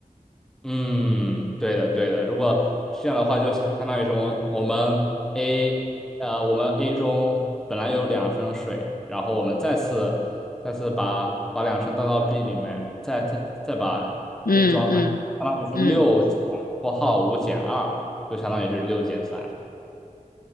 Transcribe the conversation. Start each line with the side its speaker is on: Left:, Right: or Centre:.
Centre: 嗯，对的，对的。如果这样的话，就相相当于是我们我们 A 呃，我们 A 中本来有两升水，然后我们再次再次把把两升倒到 B 里面，再再再把
Left: 嗯嗯
Centre: A 装满，相当于是六减括号五减二，
Left: 嗯，
Centre: 就相当于是六减三。